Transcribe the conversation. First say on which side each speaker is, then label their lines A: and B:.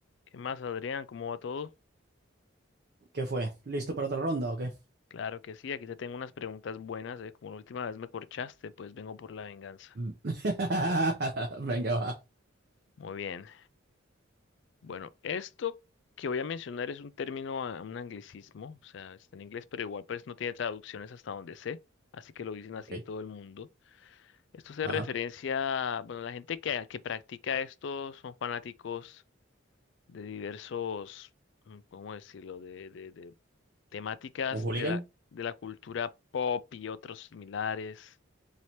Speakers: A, on the left; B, on the right.
A: ¿Qué más, Adrián? ¿Cómo va todo?
B: ¿Qué fue? ¿Listo para otra ronda o qué?
A: Claro que sí, aquí te tengo unas preguntas buenas, ¿eh? Como la última vez me corchaste, pues vengo por la venganza.
B: <laughs> Venga, va.
A: Muy bien. Bueno, esto que voy a mencionar es un término, a- un anglicismo, o sea, está en inglés, pero igual pues no tiene traducciones hasta donde sé, así que lo dicen así
B: Ok.
A: en todo el mundo. Esto se
B: Ajá.
A: referencia, bueno, la gente que, que practica esto son fanáticos de diversos, mm, ¿cómo decirlo?, de, de, de temáticas
B: Un hooligan
A: de la, de la cultura pop y otros similares.